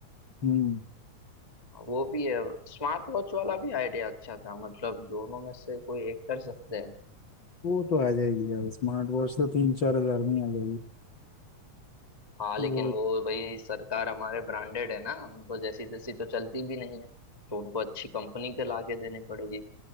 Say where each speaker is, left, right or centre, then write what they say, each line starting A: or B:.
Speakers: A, on the left (about 65°); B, on the left (about 25°).
A: हम्म
B: वो भी है स्मार्ट वॉच वाला भी आइडिया अच्छा था मतलब दोनों में से कोई एक कर सकते हैं
A: वो तो आ जाएगी यार स्मार्ट वॉच तो तीन चार हजार में ही आ जाएगी
B: हाँ लेकिन
A: वो
B: वो भाई सरकार हमारे ब्रांडेड है ना उनको जैसी तैसी तो चलती भी नहीं है तो उनको अच्छी कंपनी के लाके देनी पड़ेगी